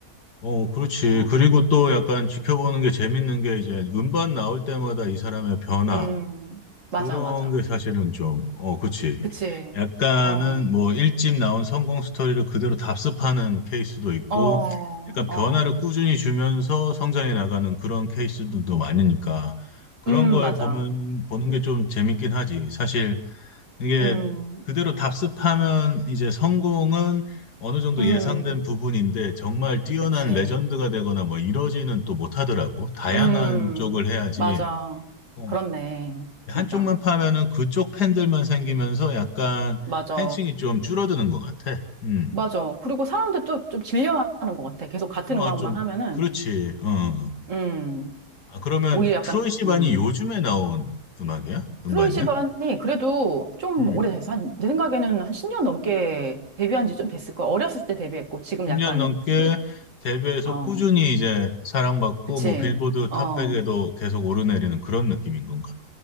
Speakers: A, on the left (about 85°); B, on the right (about 50°).
A: 어, 그렇지.
B: 어.
A: 그리고 또 약간 지켜보는 게 재밌는 게 이제 음반 나올 때마다 이 사람의 변화.
B: 음, 맞아,
A: 그런
B: 맞아.
A: 게 사실은 좀, 어, 그렇지.
B: 그치.
A: 약간은
B: 어,
A: 뭐 일집 나온 성공 스토리를 그대로 답습하는 케이스도 있고,
B: 어,
A: 약간
B: 어.
A: 변화를 꾸준히 주면서 성장해 나가는 그런 케이스들도 많으니까. 그런
B: 음,
A: 걸
B: 맞아.
A: 보면, 보는 게 좀 재밌긴 하지. 사실 이게
B: 음,
A: 그대로 답습하면 이제 성공은 어느 정도
B: 음.
A: 예상된 부분인데 정말 뛰어난
B: 그치.
A: 레전드가 되거나 뭐 이러지는 또 못하더라고. 다양한
B: 음,
A: 쪽을 해야지.
B: 맞아.
A: 어,
B: 그렇네.
A: 한쪽만
B: 진짜.
A: 파면은 그쪽 팬들만 생기면서 약간
B: 맞아.
A: 팬층이 좀 줄어드는 것 같아. 음.
B: 맞아. 그리고 사람들 또 좀 질려하는 것 같아. 계속 같은
A: 어,
B: 음악만
A: 좀,
B: 하면은,
A: 그렇지. 어.
B: 음,
A: 아, 그러면
B: 오히려 약간,
A: 트로이 시반이
B: 음,
A: 요즘에 나온 음악이야? 음반이야?
B: 트로이 시반이 그래도 좀
A: 음.
B: 오래돼서 한, 내 생각에는 한 10년 넘게 데뷔한 지 좀 됐을 거야. 어렸을 때 데뷔했고, 지금
A: 10년
B: 약간,
A: 넘게
B: 이제,
A: 데뷔해서
B: 어,
A: 꾸준히 이제 사랑받고
B: 그치,
A: 뭐 빌보드
B: 어,
A: 탑백에도 계속 오르내리는 그런 느낌인 건가?